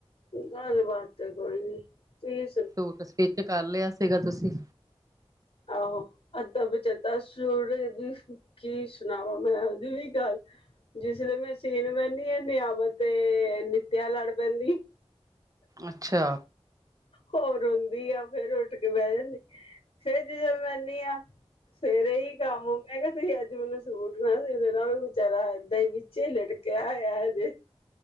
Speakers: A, on the left; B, on the right.
A: ਗੱਲ ਬਾਤ ਕੋਈ ਨੀ, ਤੁਸੀ
B: ਸੂਟ ਸਟਿਚ ਕਰ ਲਿਆ ਸੀਗਾ ਤੁਸੀਂ?
A: ਆਹੋ ਅੱਧਾ ਪਚਦਾ ਸੂਟ ਕੀ ਸੁਣਾਵਾਂ, ਮੈਂ ਉਹਦੀ ਵੀ ਗੱਲ ਜਿਸ ਵੇਲੇ ਮੈਂ ਸੀਨ ਬਹਿੰਦੀ ਹਾਂ, ਨਿਆਵਤ ਤੇ ਨਿੱਤਿਆ ਲੜ ਪੈਂਦੀ।
B: ਅੱਛਾ।
A: ਹੋਰ, ਰੋਂਦੀ ਆ ਫੇਰ ਉੱਠ ਕੇ ਬਹਿ ਜਾਂਦੀ ਫੇਰ ਜਦੋਂ ਬਹਿੰਦੀ ਆ। ਸਵੇਰੇ ਹੀ ਕੰਮ ਮੈਂ ਕਿਹਾ ਤੁਸੀਂ ਅੱਜ ਮੈਨੂੰ ਸੂਟ ਮੈਂ ਸੀ ਦੇਣਾ ਵੀ ਵਿਚੇਚਾਰਾ ਇਏਦਾਂ ਹੀ ਵਿੱਚੇ ਹੀ ਲਟਕਿਆ ਹੋਇਆ ਹਜੇ।